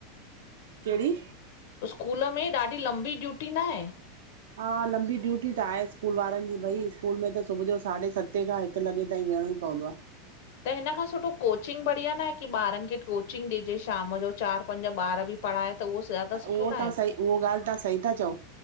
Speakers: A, on the right; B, on the left.
A: केढ़ी?
B: उस्कूल में ॾाढी लंबी ड्यूटी नांहें?
A: हा लंबी ड्यूटी त आहे स्कूल वारन जी, भई स्कूल में त सुभू जो साढ़े सतें खां हिकु लॻे ताईं वेहणो ई पवंदो आ।
B: त हिन खां सुठो कोचिंग बढ़िया न आहे कि ॿारनि खे कोचिंग ॾिजे शाम जो चारि पंज ॿार बि पढ़ाए त उहो ज्यादा सुठो
A: उहो
B: न
A: तव्हां
B: आहे?
A: सही उहो ॻाल्हि तहां सही था चओ